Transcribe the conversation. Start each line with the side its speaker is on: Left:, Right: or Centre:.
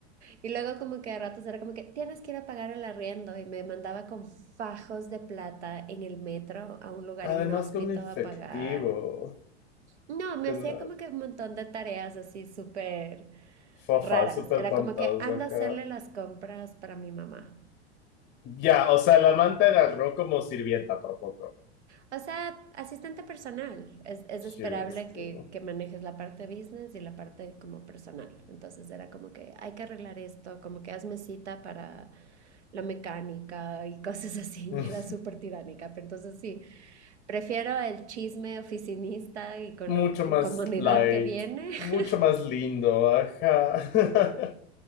Right: y luego como que a ratos era como que tienes que ir a pagar el arriendo y me mandaba con fajos de plata en el metro a un lugar
Left: Además
Right: inhóspito
Left: con efectivo.
Right: a pagar. No, me
Left: Ten-
Right: hacía como que un montón de tareas así súper
Left: Fofas,
Right: raras.
Left: súper
Right: Era
Left: tontas,
Right: como que anda
Left: ajá.
Right: a hacerle las compras para mi mamá.
Left: Ya, o sea, la manta agarró como sirvienta por poco.
Right: O sea, asistente personal. Es, es
Left: Qué
Right: esperable
Left: bestia.
Right: que,
Left: ¿no?
Right: que manejes la parte business y la parte como personal. Entonces era como que hay que arreglar esto, como que hazme cita para la mecánica y <laughs> cosas así.
Left: <laughs>
Right: Y era súper tiránica. Pero entonces sí, prefiero el chisme oficinista y con
Left: Mucho
Right: la incomodidad
Left: más light,
Right: que viene,
Left: mucho
Right: <laughs>
Left: más lindo, ajá. <laughs>